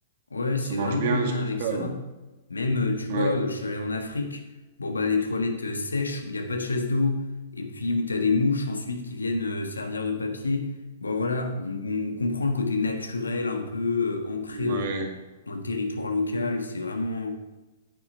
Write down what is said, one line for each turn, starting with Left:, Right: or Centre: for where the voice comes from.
Left: Ouais, c'est
Right: ça marche
Left: vraiment
Right: bien
Left: en lien
Right: de ce côté-là,
Left: avec ça.
Right: ouais.
Left: Même, euh, tu
Right: Ouais.
Left: vois, euh, je suis allé en Afrique, bon bah des toilettes euh, sèches où il n'y a pas de chasse d'eau, et puis où t'as des mouches ensuite qui viennent euh, servir de papier. Bon voilà, on, on comprend le côté naturel, un peu euh, ancré
Right: Ouais.
Left: dans, dans, dans le territoire local. C'est vraiment.